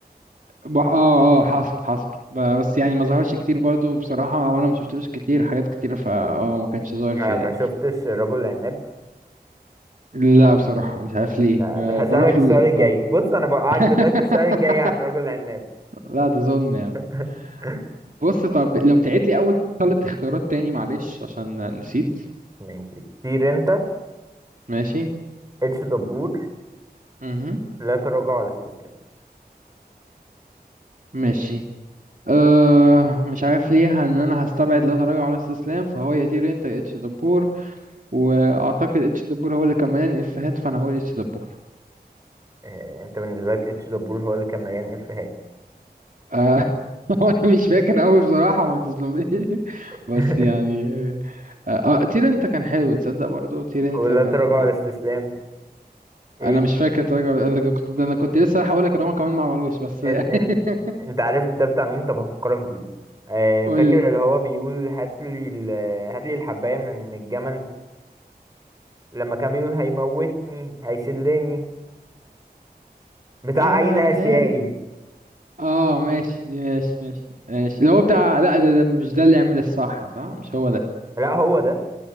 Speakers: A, on the right; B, on the right.
A: ب- اه اه حصل حصل ب- بس يعني ما ظهرش كتير برضه بصراحة وانا ما شفتلوش كتير حاجات كتيرة فا اه ما كانش ظاهر
B: ما,
A: في
B: ما شفتش رجل العناب
A: لا بصراحة مش عارف ليه
B: لا
A: أه
B: ده هسألك
A: بروح
B: السؤال
A: ال...
B: الجاي
A: اه
B: بص انا بوقعك
A: <laughs>
B: دلوقتي السؤال الجاي عن رجل العناب
A: لا ده ظلم يا عم
B: <laughs>
A: بص طب لو تعيد لي أول ثلاث اختيارات تاني معلش عشان نسيت
B: ماشي طير انت
A: ماشي
B: اتش دبور
A: مهم.
B: لا تراجع ولا استسلام
A: ماشي أه مش عارف ليه ان انا هستبعد لا تراجع ولا استسلام فهو يا تير انت يا اتش دبور واعتقد اتش دبور هو اللي كان مليان افيهات فانا هقول اتش دبور
B: آه، انت بالنسبه لك اتش دبور هو اللي كان مليان افيهات
A: أه <laughs> هو انا مش فاكر قوي بصراحة وما تظلمنيش <laughs> بس
B: <laughs>
A: يعني أه آه، تير انت كان حلو تصدق برضو تير انت
B: ولا
A: كان
B: تراجع ولا استسلام ايه
A: انا مش فاكر تراجع ولا- انا كنت ده انا كنت لسه رايح اقول لك ان هم كمان ما عملوش بس
B: ان
A: يعني
B: ان
A: <laughs>
B: انت عارف ده بتاع مين طب هفكرك بيه آه
A: قول
B: فاكر
A: لي
B: اللي هو بيقول هات لي ال... هات لي الحبايه من الجمل لما كان بيقول هيموتني هيشلني بتاع
A: اه
B: اين اشيائي
A: بتهيألي اه ماشي دي ماشي ماشي ماشي اللي هو بتاع لا ده, ده مش ده اللي يعمل الصح صح مش هو ده
B: لا هو ده